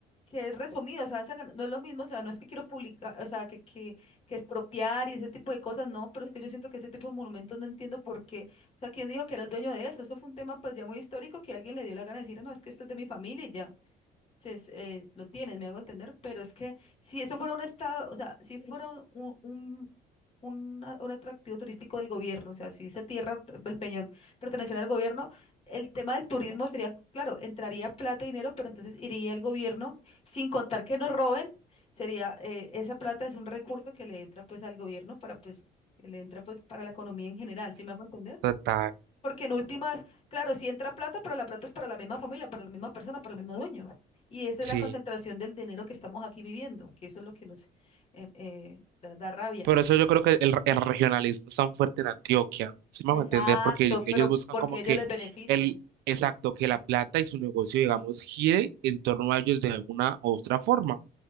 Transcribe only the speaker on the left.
que es resumida, o sea, esa gana- no es lo mismo, o sea, no es que quiero publicar, o sea, que, que, que expropiar y ese tipo de cosas, no, pero es que yo siento que ese tipo de monumentos no entiendo por qué, o sea, ¿quién dijo que era el dueño de eso? Eso fue un tema pues ya muy histórico que alguien le dio la gana de decir, no, es que esto es de mi familia y ya se, es- eh, lo tienes, me hago entender, pero es que si eso fuera un estado, o sea, si fuera un, un, una- un atractivo turístico del gobierno, o sea, si esa tierra, el Peñol, perteneciera al gobierno, el tema del turismo sería, claro, entraría plata y dinero, pero entonces iría el gobierno, sin contar que nos roben, sería, eh, esa plata es un recurso que le entra pues al gobierno para pues, que le entra pues para la economía en general, ¿sí me hago entender?
Porque en últimas, claro, sí entra plata, pero la plata es para la misma familia, para la misma persona, para el mismo dueño. Y esa
es la concentración del dinero que estamos aquí viviendo, que eso es lo que nos eh, eh, da da rabia.
Exacto,
Sí,
pero sí.
porque
a ellos
les beneficia.